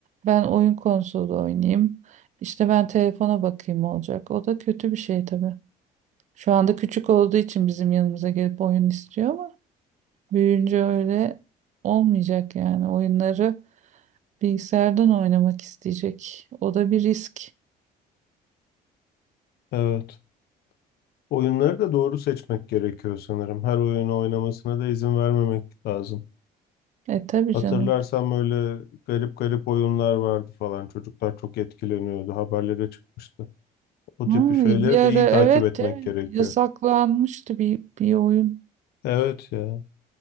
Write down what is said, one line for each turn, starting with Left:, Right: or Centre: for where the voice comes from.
Right: ben oyun konsolu oynayayım, işte ben telefona bakayım olacak. O da kötü bir şey tabii. Şu anda küçük olduğu için bizim yanımıza gelip oyun istiyor ama büyüyünce öyle olmayacak yani oyunları. Bilgisayardan oynamak isteyecek. O da bir risk.
Left: Evet. Oyunları da doğru seçmek gerekiyor sanırım. Her oyunu oynamasına da izin vermemek lazım.
Right: E tabii
Left: Hatırlarsam
Right: canım.
Left: öyle garip garip oyunlar vardı falan. Çocuklar çok etkileniyordu. Haberlere çıkmıştı. O tip
Right: Ha,
Left: şeyleri
Right: bir ara
Left: de iyi takip
Right: evet,
Left: etmek
Right: evet
Left: gerekiyor.
Right: yasaklanmıştı bir, bir oyun.
Left: Evet ya.